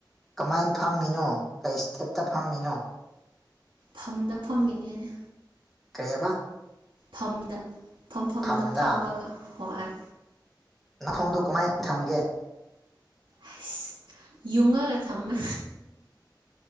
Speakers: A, in the centre; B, on the right.
A: ꯀꯃꯥꯏꯅ ꯐꯝꯃꯤꯅꯣ ꯀꯩ ꯏꯁꯇꯦꯞꯇ ꯐꯝꯃꯤꯅꯣ
B: ꯐꯝꯗ ꯐꯝꯃꯤꯅꯦꯅꯦ
A: ꯀꯩꯍꯥꯏꯕ
B: ꯐꯝꯗ ꯐꯝꯐꯝꯗ
A: ꯐꯝꯗ
B: ꯐꯝꯃꯒ ꯍꯣꯏ
A: ꯅꯈꯣꯡꯗꯣ ꯀꯃꯥꯏꯅ ꯊꯝꯒꯦ
B: ꯑꯁ ꯌꯨꯡꯉꯒ ꯊꯝꯃꯦ